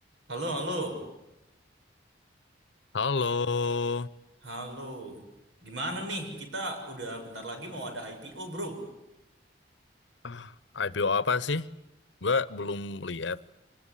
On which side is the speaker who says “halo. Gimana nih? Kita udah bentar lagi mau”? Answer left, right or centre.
Right